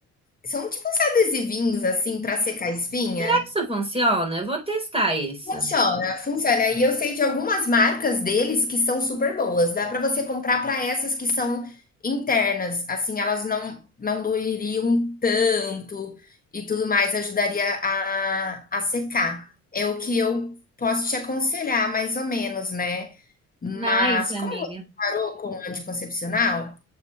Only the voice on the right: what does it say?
Será que isso funciona? Eu vou testar isso.
Não é isso, amiga.